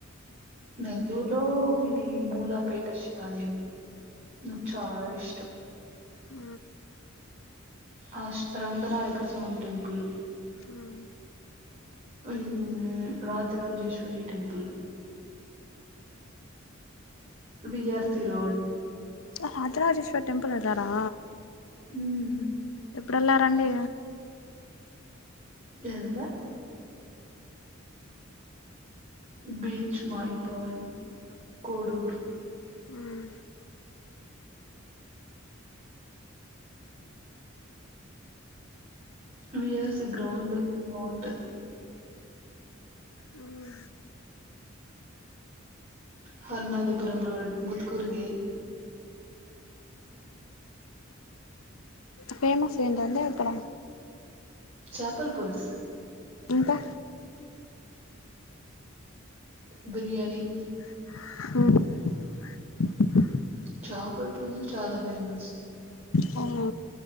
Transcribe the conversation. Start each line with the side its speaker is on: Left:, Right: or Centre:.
Right: నెల్లూరులో ఇది మూలాపేట శివాలయం నాకు చాలా ఇష్టం
Left: ఆ
Right: ఆ స్పరాంగనాయక స్వామి టెంపుల్
Left: హ్మ్మ్
Right: హ్మ్మ్ Rajarajeshwari temple BRC road
Left: Rajarajeshwari temple వెళ్ళారా
Right: మ్మ్.
Left: ఎప్పుడు వెళ్లారండి
Right: ఎల్లా బీచ్ మయపాడ్ కోడూర్
Left: హుం
Right: విఆర్సి గ్రౌండ్ బాగుంటది
Left: హ్మ్
Right: హరునాథపురం రోడ్ ముత్కూర్ గే
Left: ఫేమస్ ఏంటండీ అక్కడ
Right: చాపల్ పుల్స్
Left: ఇంకా
Right: బిర్యానీ
Left: హొ
Right: చాపల పల్స్ చాలా ఫేమస్
Left: హొ